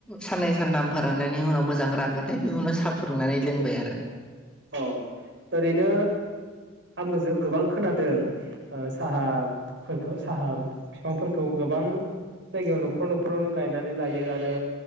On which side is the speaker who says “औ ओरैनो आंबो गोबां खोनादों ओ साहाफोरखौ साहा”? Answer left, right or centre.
Right